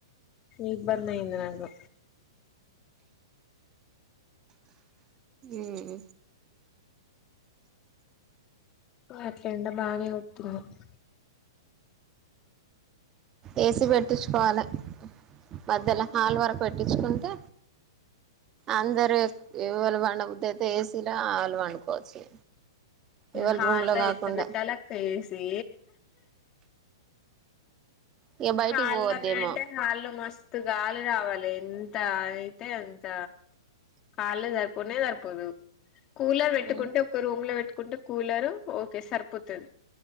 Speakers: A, on the left; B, on the right.
A: ఇబ్బంది అయింది నాకు
B: మ్మ్
A: అట్లా ఎండ బానే కొట్టింది
B: ఏసి పెట్టించుకోవాలి మధ్యలో హాల్ వరకు పెట్టించుకుంటే అందరు ఎవరూ పండ బుద్ది అయితే ఏసీలో వాల్లు పండుకోవచ్చు ఎవళ
A: హాల్లో
B: రూమ్ లో కాకుండా
A: ఎట్ట పెట్టాలి అక్క ఏసి
B: ఇగ బయటికి
A: హాల్లోనే
B: పోవద్దేమో
A: అంటే హాళ్ళు మస్తు గాలి రావాలి ఎంత అ అయితే అంత హాల్లో సరిపోనే సరిపోదు కూలర్ పెట్టుకుంటే
B: మ్మ్
A: ఒక్క రూమ్ లో పెట్టుకుంటే కూలరు ఓకే సరిపోతది